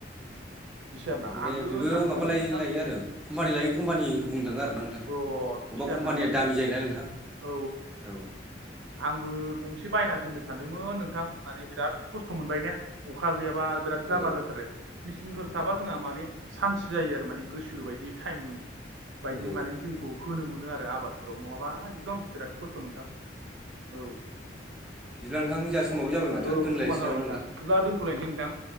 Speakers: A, on the right; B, in the centre.
A: आरोना
B: माने
A: आंबो
B: बेबो
A: सानदोंमोन
B: माबा लायो
A: नोंथां
B: लायो आरो। कम्पानि लायो क्पानिखौ बुं थाङो आरो ना आं। नोंथां
A: अ बिदिसो
B: बबेबा
A: आरोना
B: कम्पानिया
A: होमबा नोंथां
B: दामि जायोना नोंथां
A: औ
B: औ।
A: आंबो गंसे बायना दोननो सानदोंमोन नोंथां माने बिराद खस्थ' मोनबाय ना। अखा गैयाबा। बिराद
B: औ
A: जाब्ला जाथारो मेसिनफोर
B: औ
A: थाबा जोंहा माने सान्त जायो आरो माने गोसो बायदि टाइम। बिदि
B: औ
A: माने दैखौ होनो मोनो आरो आबादफोराव नङाबा एकदम बिराद खस्थ' नोंथां। औ
B: बिदिब्ला नोंथां ज समाबो जाबाय माथो
A: औ
B: दोनलायनोसै
A: समा जाबाय
B: नामा नोंथां?
A: बिदिब्ला दोनथ'लायनोसै नोंथां